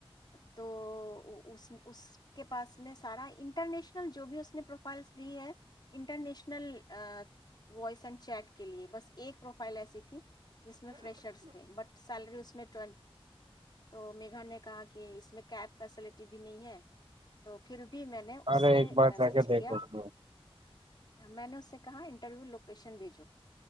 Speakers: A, on the left (about 45°); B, on the right (about 60°).
A: تو اس کے پاس میں سارا انٹرنیشنل جو بھی اس نے پروفائلس دی ہے انٹرنیشنل وائس اینڈ چیٹ کے لیے بس ایک پروفائل ایسی تھی جس میں فریشرس تھے بٹ سیلری اس میں <inaudible> تو میگا نے کہا کہ اس میں کی <unintelligible> <unintelligible>
B: ارے ایک
A: <unintelligible>
B: بار جا کے دیکھو تو
A: میں نے اس سے کہا انٹرویو لوکیشن بھیجو